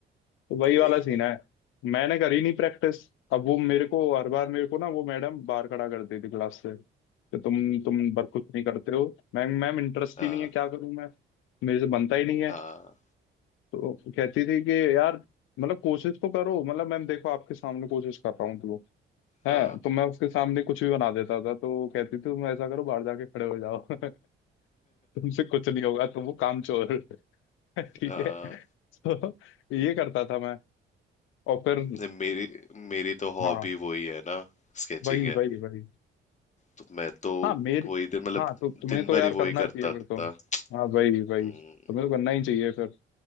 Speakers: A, on the left; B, on the left.
A: तो वही
B: वही
A: वाला सीन है मैंने करी नहीं प्रैक्टिस अब वो मेरे को हर बार मेरे को ना वो मैडम बाहर खड़ा करती थी क्लास से कि तुम तुम बर कुछ नहीं करते हो मैम मैम इंटरेस्ट
B: आ,
A: ही नहीं है क्या करूं मैं मेरे से बनता ही नहीं है
B: आ,
A: तो कहती थी कि यार मतलब कोशिश तो करो मतलब मैम देखो आपके सामने कोशिश कर रहा हूँ तो है
B: आ,
A: तो मैं उसके सामने कुछ भी बना देता था तो वो कहती थी तुम ऐसा करो बाहर जाके खड़े हो जाओ <laughs> तुमसे कुछ नहीं होगा तुम वो कामचोर <laughs> ठीक
B: आ,
A: है तो ये करता था मैं और फिर
B: नहीं, मेरी मेरी तो हॉबी
A: आ, हाँ
B: वही है ना स्केचिंग
A: वही
B: है
A: वही वही
B: तो मैं तो
A: हाँ मेरे
B: वही दिन मतलब
A: हाँ तो तुम्हें
B: दिन
A: तो
B: भर
A: यार
B: ही
A: करना
B: वही करता
A: चाहिए फिर
B: था
A: तो हाँ वही वही
B: हम्म,
A: तुम्हें तो करना ही चाहिए फिर